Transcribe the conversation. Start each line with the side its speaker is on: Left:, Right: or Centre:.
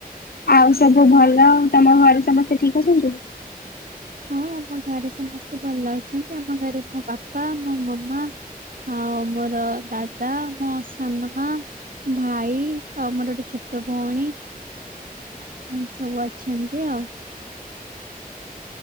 Left: ଆଉ ସବୁ ଭଲ ଆଉ ତମ ଘରେ ସମସ୍ତେ ଠିକ ଅଛନ୍ତି?
Right: ହଁ ଆମ ଘରେ ସମସ୍ତେ ଭଲ ଅଛନ୍ତି। ଆମ ଘରେ ମୋ ବାପା ମୋ ମାମା ହଁ ମୋର ଦାଦା ମୋ ସାନମା ଭାଇ ତମର ଗୋଟେ ଛୋଟ ଛୋଟ ଭଉଣୀ ଏମ ସବୁ ଅଛନ୍ତି ଆଉ।